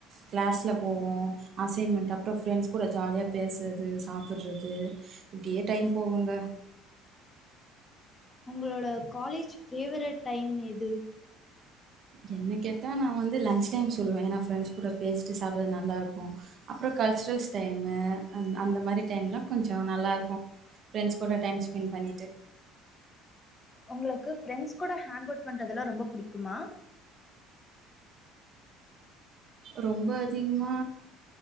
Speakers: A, on the right (about 45°); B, on the left (about 20°).
A: கிளாஸ்ல போவோ அசைன்மெண்ட் அப்றோ ஃப்ரெண்ட்ஸ் கூட ஜாலியா பேசுறது சாப்புறது இப்டியே டைம் போகுங்க
B: உங்ளோட காலேஜ் ஃபேவ்ரட் டைம் எது
A: என்ன கேட்டா நா வந்து லஞ்ச் டைம் சொல்லுவே ஏன்னா ஃப்ரெண்ட்ஸ் கூட பேசிட்டு சாப்புறது நல்லா இருக்கு அப்றோ கல்ச்சுரல்ஸ் டைமு அந் அந்த மாரி டைம் லா கொஞ்சோ நல்லாருக்கு ப்ரெண்ஸ் கூட டைம் ஸ்பென்ட் பண்ணிட்டு
B: உங்ளுக்கு ஃப்ரெண்ட்ஸ் கூட ஹேங் அவுட் பண்றதெல்லா ரொம்ப பிடிக்குமா
A: ரொம்ப அதிக்மா